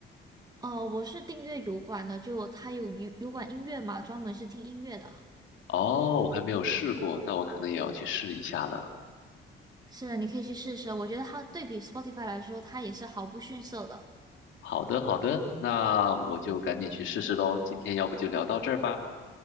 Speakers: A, on the right; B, on the left.
A: 哦，我是订阅油管的，就它有油油管音乐嘛，专门是听音乐的。
B: 哦，我还没有试过，那我可能也要去试一下了。
A: 是的，你可以去试试，我觉得它对比 Spotify 来说，它也是毫不逊色的。
B: 好的，好的，那我就赶紧去试试喽。今天要不就聊到这儿吧，